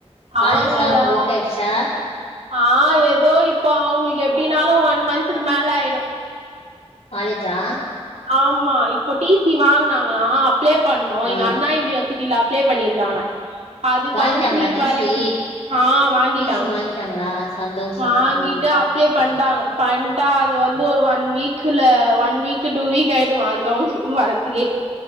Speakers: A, on the left; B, on the right.
A: காலேஜ்லா
B: அவங்களா
A: இப் ஓக்கே ஆய்ச்சா
B: ஆ ஏதோ இப்போ அவங்ளுக்கு எப்டினாலோ ஒன் மந்த்க்கு மேல ஆய்டோ
A: காலேஜா
B: ஆமா இப்போ டி சி வாங்கனாங்ளா அப்ளே பண்ணோ
A: ஆ
B: எங்க அண்ணா யூனிவர்சிட்டில அப்ளே பண்ணிருக்காங்க அது
A: வாங்கிட்டாங்களா
B: கவுன்ஸ்லிங்
A: டி
B: வரேற்க்கு
A: சி
B: ஆ வாங்கிட்டாங்க
A: டி சி வாங்கிட்டாங்களா சந்தோஷோ
B: வாங்கிட்டு
A: ம்
B: அப் ப்ளே பண்ட்டாங்க பண்ட்டா அது வந்து ஒரு ஒன் வீக்குல ஒன் வீக் டூ வீக் ஆய்டுமா அது கவுன்ஸ் வரற்துக்கே